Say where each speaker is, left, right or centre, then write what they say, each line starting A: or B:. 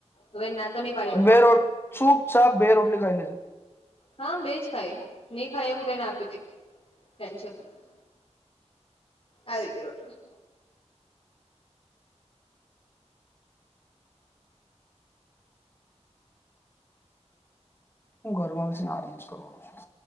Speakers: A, on the left (about 50°); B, on the left (about 20°).
A: હવે ના તો નહી પાડી
B: બે રોટ ચૂપચાપ બે રોટલી ખાઈલી જે.
A: હા, બેજ ખાય. નહી ખાય કે, તેને આપી દે ટેન્શન નથી. આવી ઞઇ રોટલી.
B: <inaudible> હું ઘરમાં બેસીને આરામ જ કરવાનો છું.